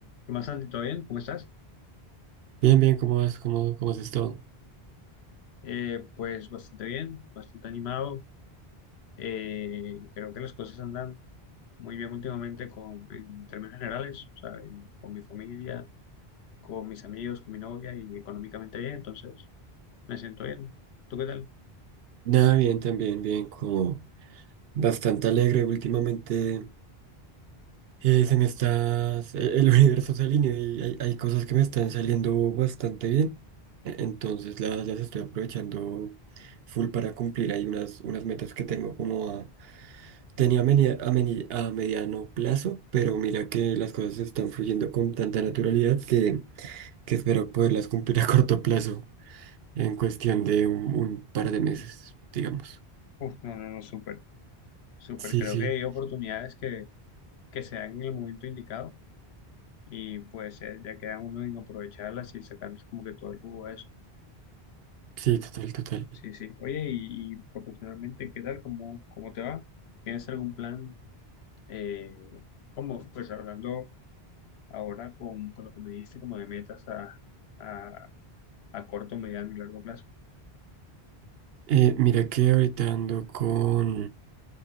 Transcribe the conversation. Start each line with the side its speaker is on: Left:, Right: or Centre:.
Left: ¿Qué más, Santi? ¿Todo bien? ¿Cómo estás?
Right: Bien, bien, ¿cómo vas? ¿Cómo, cómo has estado?
Left: Eh, pues bastante bien, bastante animado. Eh, creo que las cosas andan muy bien últimamente con, en términos generales, o sea, en- con mi familia, con mis amigos, con mi novia y económicamente bien, entonces me siento bien. ¿Tú qué tal?
Right: Nada, bien, también, bien, como bastante alegre últimamente. eh, se me está, el <laughs> el universo se alinea y hay, hay cosas que me están saliendo bastante bien. e-, Entonces las, las estoy aprovechando full para cumplir. Hay unas, unas metas que tengo como a, tenía a, meni- a meni- a mediano plazo, pero mira que las cosas están fluyendo con tanta naturalidad que, que espero poderlas cumplir a corto plazo. en cuestión de un, un par de meses, digamos.
Left: Uf, no, no, no, súper, súper.
Right: Sí,
Left: Creo
Right: sí,
Left: que hay oportunidades que, que se dan en el momento indicado y pues eh, ya queda uno en aprovecharlas y sacarles como que todo el jugo a eso.
Right: sí, total, total.
Left: Sí, sí. Oye, y, y profesionalmente, ¿qué tal? ¿Cómo, cómo te va? ¿Tienes algún plan? Eh, ¿cómo? Pues hablando ahora con, con lo que me dijiste, como de metas a, a, a corto, mediano y largo plazo.
Right: Eh, mira que ahorita ando con,